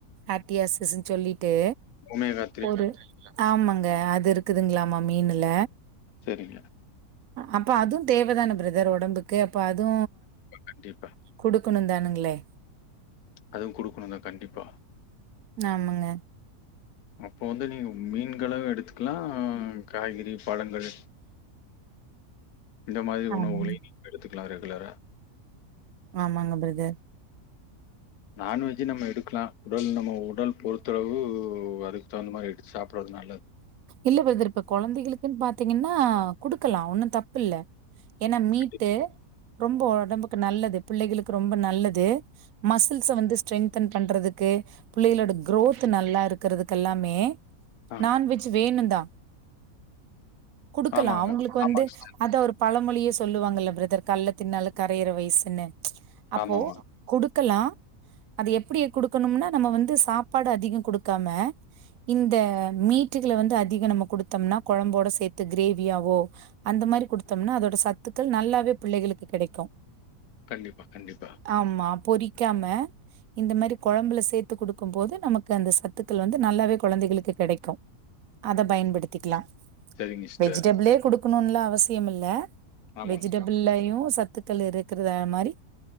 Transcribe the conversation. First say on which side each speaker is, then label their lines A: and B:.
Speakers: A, on the right (about 65°); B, on the left (about 75°).
A: ஆட்டியாசஸ்ன்னு சொல்லிட்டு
B: ஒமேகா
A: ஒரு ஆமாங்க அது இருக்குதுங்களாமா மீனுல
B: சரிங்க
A: அப்ப அதுவு தேவதான பிரதர் ஒடம்புக்கு அப்ப அது
B: கண்டிப்பா.
A: குடுக்கணு தானுங்களே
B: அதுவு குடுக்கணு தா கண்டிப்பா
A: ஆமாங்க
B: அப்போ வந்து நீங்க மீன்களு எடுத்துக்கலாம் காய்கறி, பழங்கள் இந்த மாரி
A: ஆமாங்க.
B: உணவுகளையு நீங்க எடுத்துக்கலா ரெகுலரா
A: ஆமாங்க பிரதர்
B: நான்வெஜ்ஜு நம்ம எடுக்கலா உடல் நம்ம உடல் பொறுத்தளவு அதுக்கு தகுந்த மாரி எடுத்து சாப்ட்றதுல
A: இல்ல பிரதர் இப்ப குழந்தைகளுக்குன் பாத்தீங்கன்னா குடுக்கலா ஒன்னும் தப்பு இல்ல. ஏனா மீட்டு
B: கண்டிப்பா.
A: ரொம்ப ஒடம்புக்கு நல்லது, பிள்ளைகளுக்கு ரொம்ப நல்லது. மசில்ஸ்ஸ வந்து ஸ்ட்ரென்தன் பண்றதுக்கு புள்ளைகளோட கோரோத் நல்லா இருக்கிறதுக்கு எல்லாமே
B: ஆ
A: நான்வெஜ் வேணு‌ தா குடுக்கலா
B: ஆமாங்க.
A: அவுங்களுக்கு
B: ஆமாங்க
A: வந்து
B: சிஸ்டர்.
A: அத ஒரு பழமொழியே சொல்லுவாங்கல்ல பிரதர் கள்ள தின்னாலு கரையற வயசுன்னு அப்போ
B: ஆமாமா.
A: குடுக்கலா அது எப்டி குடுக்கணும்னா நம்ம வந்து சாப்பாடு அதிகோ கொடுக்காம, இந்த மீட்டுகள வந்து அதிகோ நம்ம குடுத்தோம்னா குழம்போட சேத்து கிரேவியாவோ அந்த மாரி கொடுத்தோம்னா அதோட சத்துக்கள் நல்லாவே பிள்ளைகளுக்கு கிடைக்கும்.
B: கண்டிப்பா கண்டிப்பா
A: ஆமா பொறிக்காம இந்த மாரி கொழம்புல சேத்து கொடுக்கும் போது நமக்கு அந்த சத்துக்கள் வந்து நல்லாவே குழந்தைகளுக்கு கிடைக் கு அத பயன்படுத்திக்கலா
B: சரிங்க சிஸ்டர்.
A: வெஜிடபிளே கொடுக் கணுல அவசியம் இல்ல
B: ஆமாங்க
A: வெஜிடபிளேயும்
B: சிஸ்டர்.
A: சத்துக்கள் இருக்கு க்கிற மாரி